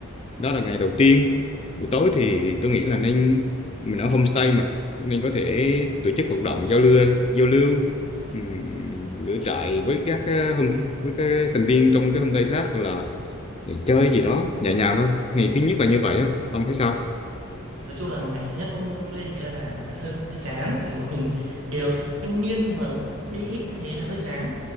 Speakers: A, on the left; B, on the right.
A: đó là ngày đầu tiên buổi tối thì tôi nghĩ là nên mình ở homestay mà nên có thể tổ chức hoạt động giao lưu giao lưu ừm, lửa trại với các ờ, hôm với các thành viên trong cái homestay khác là chơi gì đó nhẹ nhàng thôi ngày thứ nhất là như vậy á ông thấy sao
B: Nói chung là ngày thứ nhất ông lên thế là hơi hơi chán thì bọn mình đều thanh niên mà đi ít như thế là hơi chán